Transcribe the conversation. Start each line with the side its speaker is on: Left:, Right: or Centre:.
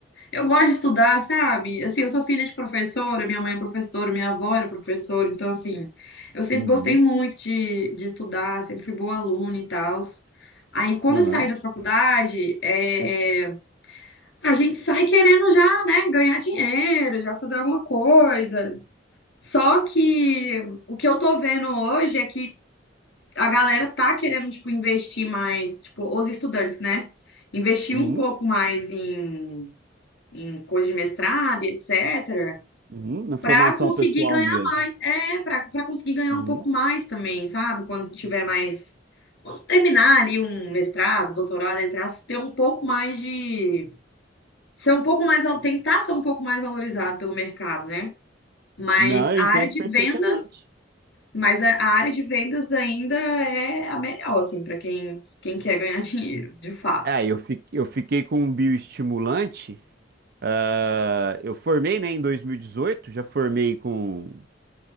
Left: Eu gosto de estudar, sabe? Assim, eu sou filha de professora, minha mãe é professora, minha avó era professora, então, assim, eu sempre
Right: Uhum,
Left: gostei muito de, de estudar, sempre fui boa aluna e tal. Aí, quando
Right: aham,
Left: eu saí da faculdade, é, é, a gente sai querendo já, né, ganhar dinheiro, já fazer alguma coisa. Só que o que eu tô vendo hoje é que a galera tá querendo, tipo, investir mais, tipo, os estudantes, né? Investir
Right: uhum,
Left: um pouco mais em, em coisa de mestrado, e etc.,
Right: uhum, na formação
Left: para conseguir
Right: pessoal
Left: ganhar
Right: mesmo.
Left: mais. É, para para conseguir ganhar
Right: Uhum.
Left: um pouco mais também, sabe? Quando tiver mais. Quando terminar ali um mestrado, doutorado, entre aspas, ter um pouco mais de. Ser um pouco mais. val- Tentar ser um pouco mais valorizado pelo mercado, né? Mas
Right: Não, eu
Left: a
Right: entendo
Left: área de
Right: perfeitamente.
Left: vendas Mas a a área de vendas ainda é a melhor, assim, para quem, quem quer ganhar <laughs> dinheiro, de fato.
Right: É, eu fi- eu fiquei com um bioestimulante Ah, eu formei, né, em 2018, já formei com.